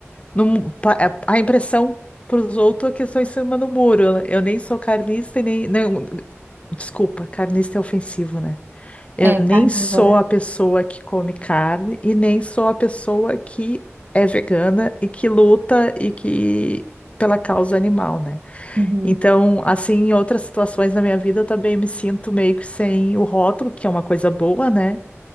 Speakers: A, on the left; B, on the right.
A: no mu- pa- a a impressão para os outros é que eu estou em cima do muro. Eu eu nem sou carnista e nem, nem- Desculpa, carnista é ofensivo, né? Eu
B: É,
A: nem
B: carnívora.
A: sou a pessoa que come carne e nem sou a pessoa que é vegana e que luta e que pela causa animal, né?
B: Uhum.
A: Então, assim, em outras situações da minha vida, eu também me sinto meio que sem o rótulo, que é uma coisa boa, né?